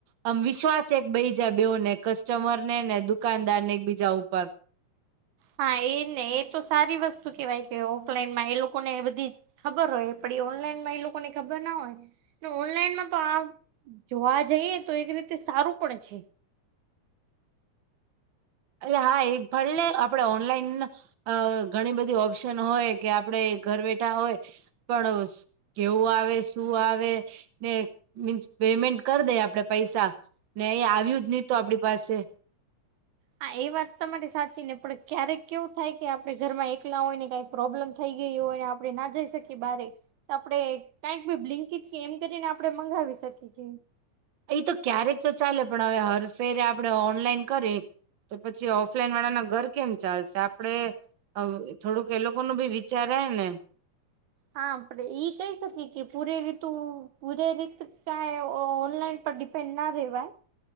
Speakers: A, on the right; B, on the right.
A: આમ વિશ્વાસ છે એક બીજા બેને. કસ્ટમર ને ને દુકાનદાર ને એક બીજા ઉપર.
B: હા! એ ને, એ તો સારી વસ્તુ કેવાય. કે ઓફલાઈનમાં એ લોકો ને બધી. ખબર હોય. પણ એ ઓનલાઈનમાં એ લોકોને ખબર ના હોય ને. ઓનલાઈનમાં તો આ. જોવા જઈએ તો, એક રીતે સારું પણ છે.
A: એટલે હા, એ ભડલે આપડે ઓનલાઈન. અ ઘણી બધી ઓપ્શન હોય, કે આપડે ઘર બેઠા હોય પણ. કેવું આવે? શું આવે? ને મીન્સ પેમેન્ટ કરી દે આપડે પૈસા. નને આવ્યું જ નહી તો આપણી પાસે.
B: હા! એ વાત તમારી સાચી ને પણ ક્યારેક કેવું થાય, કે આપણે ઘરમાં એકલા હોય ને કાઈ. પ્રોબ્લેમ થઈ ગયો હોય ને, આપણે ના જઈ શકીએ બારે. આપડણે કઈક ભી બ્લિંકટ કે એમ કરીને આપડણે મંગાવી શકીએ છીએ.
A: એ તો ક્યારેક તો ચાલે. પણ હવે હરફેરે આપણે ઓનલાઈન કરે. તો પછી ઓફલાઈન વાળા ના ઘર કેમ ચાલશે? આપડે. થોડુંક એ લોકો ન ભી વિચાર આવે ને.
B: હા! આપડે ઈ કહી શકીએ. કે પૂરે રીતુ પૂરે રીત ચાહે ઓનલાઈન. પર ડિપેન્ડ ના રહેવાય.